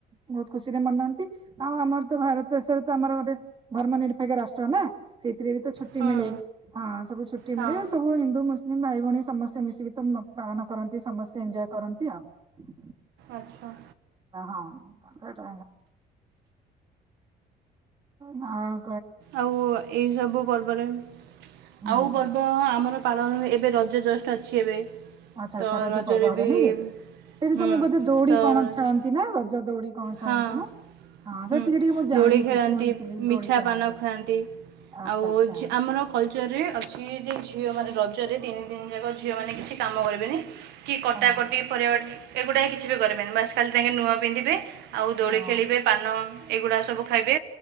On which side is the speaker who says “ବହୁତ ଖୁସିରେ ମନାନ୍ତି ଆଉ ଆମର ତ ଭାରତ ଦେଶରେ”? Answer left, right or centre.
Right